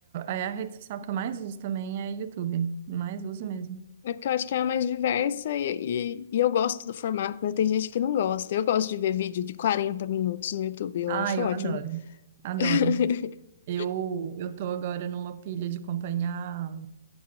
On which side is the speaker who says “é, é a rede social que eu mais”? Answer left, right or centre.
Right